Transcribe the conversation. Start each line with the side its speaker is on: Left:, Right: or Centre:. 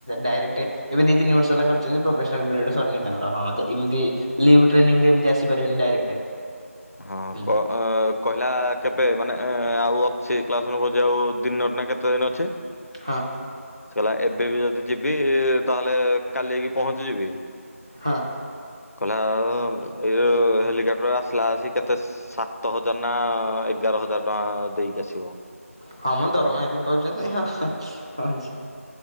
Right: ଡାଇରେକ୍ଟ ଏବେ ଦିତିନି ବର୍ଷ ହେଲା କର ଛନ୍ତି ପ୍ରୋବେସନପିରିୟଡ ସରିନି ତାଙ୍କର ହଁଯେ ଇଦିଇ ଲିଉଟ୍ରେନିଂ ଏମତିଆସିପାରିବେନି ଡାଇରେକ୍ଟ।
Left: ହଁ
Right: ହୁଁ
Left: କଅ ଆପ୍। କହିଲା କେବେ ମାନେ ଏ ଆଉ ଅଛି କ୍ଲାସଭୋଜିଆଉ ଦିନ ନା କେତେଦିନଅଛି।
Right: ହଁ
Left: ସେକହିଲା ଏବେବି ଯଦି ଯିବି ତାହେଲେ କାଲିହେଇକି ପହଞ୍ଚିଯିବି।
Right: ହଁ।
Left: କହିଲା ଆଉ ଏଇ ଯୋ ହେଲିକପ୍ଟର ଆସିଲାଆସିକି କେତେ ସାତହଜାର ନା ଏଗାରହଜାର ଟଙ୍କା ଦେଇକି ଆସିବ।
Right: ହଁମ ଦରମା ଏଥି ପାଉଛନ୍ତି ଅ କଅଛି